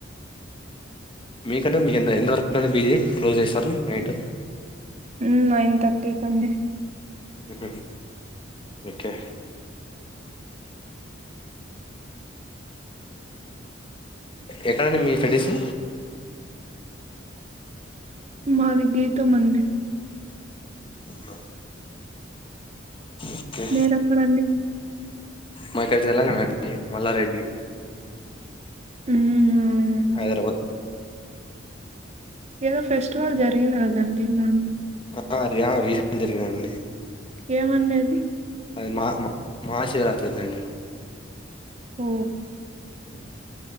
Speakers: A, on the left (about 25°); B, on the right (about 35°).
A: మీకంటే మీ ఎంత వరకు, బిజీ క్లోజ్ చేస్తారు. నైట్
B: మ్, నైన్ థర్టీ కండి
A: ఎక్కడది ఓకే ఎక్కడండి మీ స్టడీసు
B: మాది గీతం అండి
A: న ఓకే
B: మీరెక్కడండి
A: మా ఇక్కడ తెలంగాణ అండి మల్లారెడ్డి
B: ఉమ్, అవునండి
A: హైదరాబాద్
B: ఏదో ఫెస్టివల్ జరిగింది కదండి మొన్న
A: ఆ ఆరియా రీసెంద్ అండి
B: ఏమండేది
A: అది మా మా మస్సు తెరతిరదండి
B: ఓ
A: అ